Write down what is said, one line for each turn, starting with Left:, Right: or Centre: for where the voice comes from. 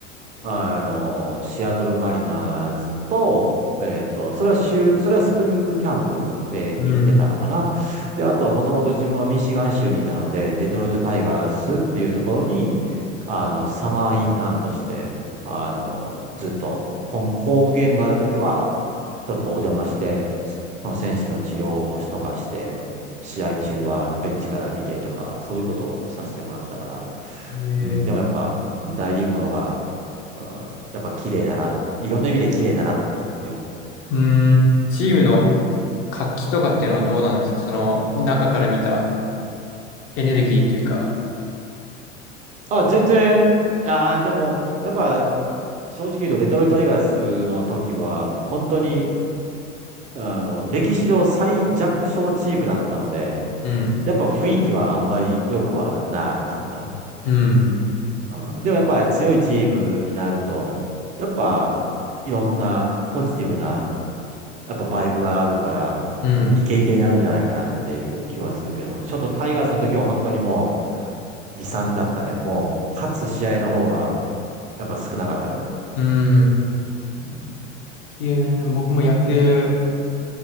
Right: あの、シアトルマリナーズと、えっと、それは州、それはスプリングキャンプで行ってたのかな。
Left: ー、うん。
Right: で、あと、もともと自分はミシガン州にいたので、デトロイトタイガースっていうところに、あの、サマーインターンとして、あの、ずっとホン、ホームゲームがあるときは、ちょっとお邪魔して、その選手の治療をしとかして、試合中はベンチから見てとか、そういうことをさせてもらってたから、
Left: えー、
Right: うん、でもやっぱ、うん大リーグの方がうんやっぱ綺麗だな。いろんな意味で綺麗だなって思
Left: うーん、
Right: う。うん。
Left: チームの活気とかっていうのはどうなんですかその中から見たエネルギーっていうか。
Right: あ、全然、ああ、でも、やっぱ、正直言うと、デトロイト・タイガースの時は、本当に、あの、歴史上最弱小チームだったので、
Left: うん、
Right: やっぱ雰囲気はあんまり良くはなかった。
Left: うん、
Right: うんでもやっぱり強いチームになると、やっぱ、いろんなポジティブな、やっぱバイブがあるから、
Left: うん、
Right: イケイケになるんじゃないかなっていう気はするけども、ちょっとタイガースの時は本当にも悲惨だったね。もう、勝つ試合の方が、やっぱ少なかったから。
Left: うん。野
Right: うん。
Left: 球ね僕も野球